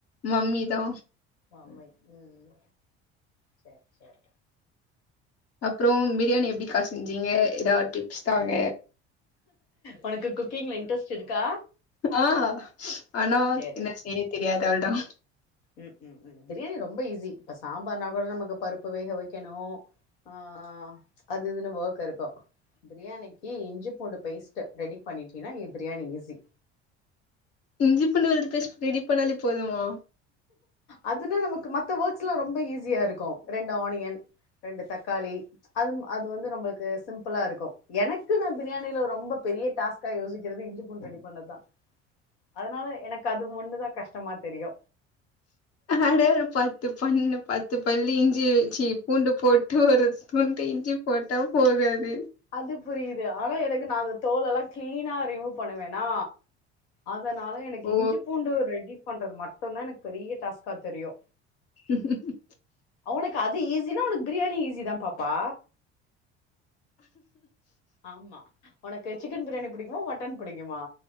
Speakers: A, on the left (about 45°); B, on the left (about 80°).
A: மம்மி தா
B: ஆமை ம் சர் சர்
A: அப்புறோ பிரியாணி எப்டி கா செஞ்சீங்க ஏதாது டிப்ஸ் தாங்க
B: ஒனக்கு குக்கிங்ல இன்ட்ரெஸ்ட் இருக்கா
A: ஆ ஆனா
B: சேரி
A: என்ன செய்ய தெரியாது அவள்தா
B: ம் ம் ம் பிரியாணி ரொம்ப ஈஸி இப்ப சாம்பார்னா கூட நமக்கு பருப்பு வேக வெக்கணு ஆ அது இதுனு வோக் இருக்கு பிரியாணிக்கு இஞ்சி பூண்டு பேஸ்ட்டு ரெடி பண்ணிட்டீன்னா இ பிரியாணி ஈஸி
A: இஞ்சி பூண்டு விழுது பேஸ்ட் ரெடி பண்ணாலே போதுமா
B: அதுனா நமக்கு மத்த ஒர்க்ஸ் எல்லா ரொம்ப ஈஸியா இருக்கு ரெண்டு ஆனியன் ரெண்டு தக்காளி அது அது வந்து நம்மளுக்கு சிம்பிளா இருக்கு எனக்கு நா பிரியாணியில ரொம்ப பெரிய டாஸ்கா யோசிக்கிறது இஞ்சிப்பூண் ரெடி பண்ணதா அதனால எனக்கு அது ஒன்னுதா கஷ்டமா தெரியு
A: அட பத்து பண்ணு பத்து பல்லு இ்ஞ்சி சீ பூண்டு போட்டு ஒரு துண்டு இஞ்சி போட்டா போதாது
B: அது புரியுது ஆனா எனக்கு நா அந்த தோலெல்லா கிளீனா ரிமூவ் பண்ணுவேனா அதனால எனக்கு
A: ஓ
B: இஞ்சி பூண்டு ரெடி பண்றது மட்டுந்தா எனக்கு பெரிய டாஸ்க்கா தெரியு
A: <inaudible>
B: ஒனக்கு அது ஈஸினா ஒனக்கு பிரியாணி ஈஸிதா பாப்பா ஆமா ஒனக்கு சிக்கன் பிரியாணி புடிக்குமா மட்டன் புடிக்குமா